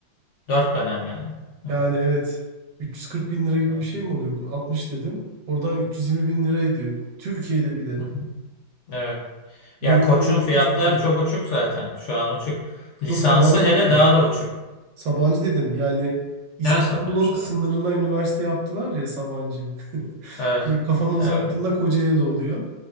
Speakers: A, on the left; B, on the right.
A: Dört dönem yani.
B: yani
A: Evet.
B: evet 340 bin lira gibi
A: Hı
B: bir şey mi oluyor? altmış dedim. Oradan 320 bin lira ediyor. Türkiye'de bir de
A: hı. Evet.
B: 20
A: Ya Koç'un
B: bin dolar
A: fiyatlar
B: çok iyi.
A: çok uçuk zaten. Şu an uçuk. Lisansı
B: Yok Sabancı
A: hele
B: dedim.
A: daha da uçuk.
B: Sabancı dedim. Yani İstanbul'un
A: Neyse yabancı
B: sınırına
A: da evet.
B: üniversite yaptılar ya Sabancı. <laughs>
A: Evet.
B: Bir Kafanı uzattığında
A: Öyle.
B: Kocaeli'de oluyor.